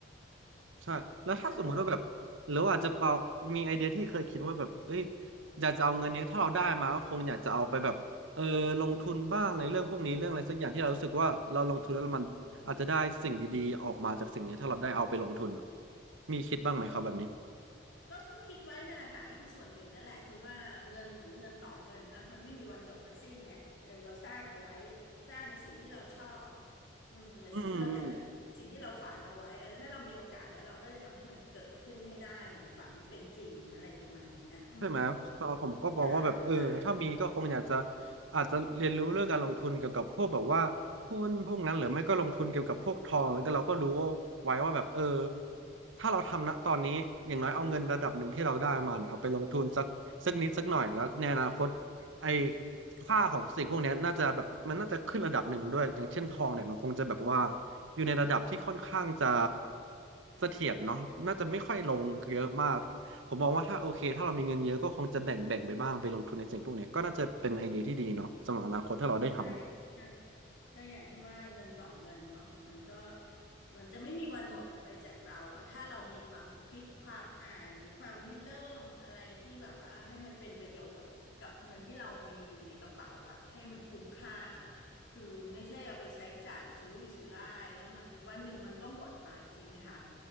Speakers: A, on the right (about 80°); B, on the left (about 70°).
A: ใช่แล้วถ้าสมมติว่าแบบหรือว่าอาจจะเปามีไอเดียที่เคยคิดว่าแบบเอ้ย
B: ที่เรามอง
A: อยากจะเอาเงินเนี้ยถ้าเราได้มาก็คงอยากจะเอาไปแบบเออลงทุนบ้างในเรื่องพวกนี้เรื่องอะไรสักอย่างที่เรารู้สึกว่าเราลงทุนแล้วมันอาจจะได้สิ่งดีๆออกมาจากสิ่งเนี้ยถ้าเราได้เอาไปลงทุนอะมีคิดบ้างไหมครับแบบนี้
B: ก็ก็คิดไว้นั่นแหละค่ะก็คือส่วนหนึ่งนั่นแหละคือว่าเงินเหมือนเงินต่อเงินนะมันไม่มีวันจบมันสิ้นไงเออเราสร้างเอาไว้สร้างในสิ่งที่เราชอบอืมในสิ่งที่เราอยากจะสิ่งที่เราฝันเอาไว้เออถ้าเรามีโอกาสแล้วเราก็จะทำให้มันเกิดขึ้นให้ได้เหมือนฝันเป็นจริงอะไรประมาณเนี้ยอืม
A: อืม ใช่ไหมสำหรับผมก็มองว่าแบบเออถ้ามีก็คงอยากจะ
B: ใช่ใช่
A: อาจจะเรียนรู้เรื่องการลงทุนเกี่ยวกับพวกแบบว่าหุ้นพวกนั้นหรือไม่ก็ลงทุนเกี่ยวกับพวกทองแล้วก็เราก็รู้ว่าไว้ว่าแบบเออถ้าเราทำณตอนนี้อย่างน้อยเอาเงินระดับหนึ่งที่เราได้มาเนี่ยเอาไปลงทุนสักสักนิดสักหน่อยแล้วในอนาคตไอ้ค่าของสิ่งพวกเนี้ยน่าจะแบบมันน่าจะขึ้นระดับหนึ่งด้วยอย่างเช่นทองเนี่ยมันคงจะแบบว่าอยู่ในระดับที่ค่อนข้างจะเสถียรเนาะน่าจะไม่ค่อยลงเยอะมาก ผมมองว่าถ้าโอเคถ้าเรามีเงินเยอะก็คงจะแบ่งแบ่งไปบ้างไปลงทุนในสิ่งพวกเนี้ยก็น่าจะเป็นไอเดียที่ดีเนาะสำหรับอนาคตถ้าเราได้ทำ
B: ใช่ใช่ก็อย่างที่ว่าเงินต่อเงินเนาะมันก็มันจะไม่มีวันหมดไปจากเราอะถ้าเรามีความคิดความอ่านหรือความริเริ่มอะไรที่แบบว่าให้มันเป็นประโยชน์กับเงินที่เรามีอยู่ในกระเป๋าอะให้มันคุ้มค่าคือไม่ใช่เอาไปใช้จ่ายสุรุ่ยสุร่ายแล้วมันวันหนึ่งมันก็หมดไปจริงไหมคะ